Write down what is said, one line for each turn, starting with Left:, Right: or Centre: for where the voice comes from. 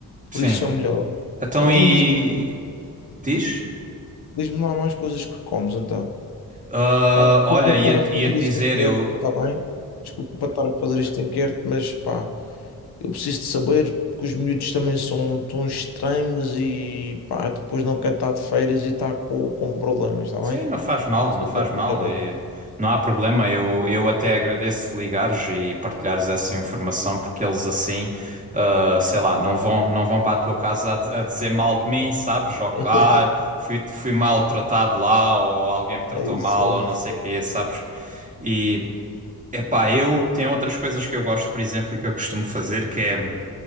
Right: sim.
Left: Por isso é o melhor.
Right: Então
Left: Então
Right: e...
Left: diz-me
Right: Diz?
Left: diz-me lá mais coisas que comes, então.
Right: Ah,
Left: Pá, desculpa
Right: olha, ia-te
Left: estar a fazer
Right: ia-te dizer,
Left: isto em quer,
Right: eu,
Left: está bem? Desculpa estar a fazer isto em quer, mas pá. Eu preciso de saber porque os miúdos também são tão estranhos e pá, depois não quer estar de férias e está com, com problemas, está
Right: Sim,
Left: bem?
Right: não faz mal,
Left: Mas
Right: não
Left: eu
Right: faz
Left: estou a pedir
Right: mal.
Left: agora.
Right: E não há problema. Eu, eu até agradeço de ligares e partilhares essa informação, porque eles assim, ah, sei lá, não vão, não vão para a tua casa a, di- a dizer mal de mim, sabes? Ou que,
Left: <laughs>
Right: ah, fui, fui maltratado lá, ou alguém me tratou
Left: É isso,
Right: mal,
Left: é
Right: ou
Left: isso.
Right: não sei o quê, sabes? E, epá, eu tenho outras coisas que eu gosto, por exemplo, e que eu costumo fazer, que é.